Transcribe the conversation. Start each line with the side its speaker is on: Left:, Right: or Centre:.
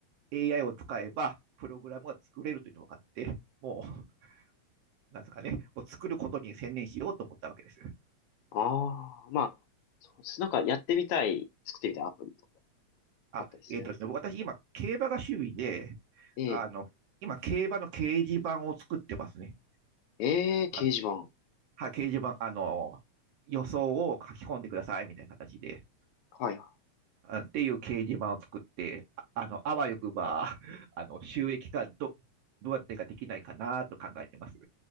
Right: AI を使えばプログラムが作れるというのが分かって、もう、<laughs> なんですかね、もう作ることに専念しようと思ったわけです。
Left: ああ、まあ、そうです。なんかやってみたい、作ってみたいアプリとか
Right: あ、
Left: あったりするんですか
Right: えっ、ー、とですね、私今、競馬が趣味で、
Left: ええ、
Right: あの、今、競馬の掲示板を作ってますね。
Left: ええ、
Right: あ
Left: 掲示板。
Right: はい、掲示板、あの、予想を書き込んでくださいみたいな形で、
Left: はいは
Right: あっていう掲示板を作って、ああの、あわよくば、<laughs> あの、収益化ど、どうやってかできないかなと考えてます。